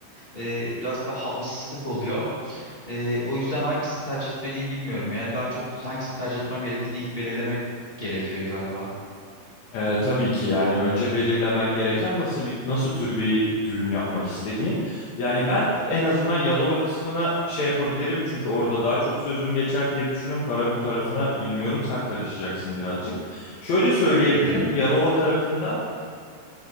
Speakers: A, on the left (about 40°); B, on the left (about 60°).
A: e, biraz da havasızlık oluyor. Ee, o yüzden hangisini tercih etmeliyim bilmiyorum. Yani daha çok hangisini tercih etmem gerektiğini ilk belirlemek gerekiyor galiba.
B: Ee, tabii ki yani önce belirlemen gereken nasıl bir nasıl tür bir düğün yapmak istediğin. Yani ben en azından Yalova kısmına şey yapabilirim çünkü orada daha çok sözüm geçer diye düşünüyorum. Karabük tarafına bilmiyorum sen karışacaksın birazcık. Şöyle söyleyebilirim
A: Hı hı.
B: Yalova tarafında